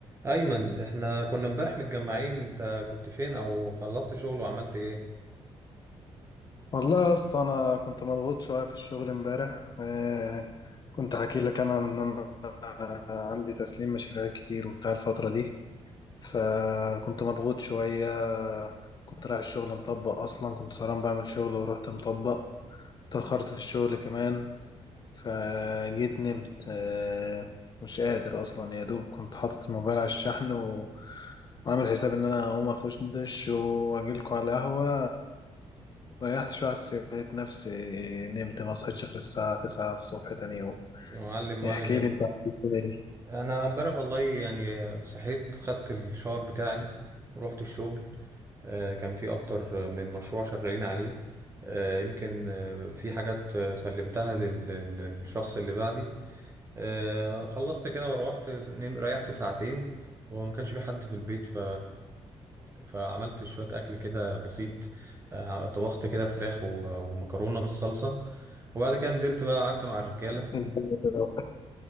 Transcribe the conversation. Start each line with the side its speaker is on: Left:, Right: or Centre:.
Right: ايمن احنا كنا امبارح متجمعين انت كنت فين او خلصت شغل وعملت ايه
Left: والله يا اسطى انا كنت مضغوط شويه في الشغل امبارح آه كنت حكي لك انا ان انا عندي تسليم مشاريع كتير وبتاع الفتره دي فكنت مضغوط شويه كنت رايح الشغل مطبق اصلا كنت سهران بعمل شغل ورحت مطبق اتاخرت في الشغل كمان فجيت نمت آه مش قادر اصلا يا دوب كنت حاطط الموبايل على الشحن و- وعامل حساب ان انا هقوم اخش دش واجيلكوا على القهوه ريحت شوية على السرير لقيت نفسي نمت ما صحيتش غير الساعة تسعة الصبح تاني يوم
Right: يا معلم
Left: إيه،
Right: ولا
Left: احكي
Right: يهمك
Left: لي انت عملت ايه
Right: انا امبارح والله يعني صحيت خدت الشاور بتاعي ورحت الشغل آه، كان في اكتر من مشروع شغالين عليه آه، يمكن آه، في حاجات آه، سلمتها لل- للشخص اللي بعدي آه، خلصت كده وروحت نم- ريحت ساعتين وما كانش في حد في البيت ف... فعملت شوية أكل كده بسيط آه، طبخت كده فراخ و... ومكرونة بالصلصة وبعد كده نزلت بقى قعدت مع الرجالة
Left: انت-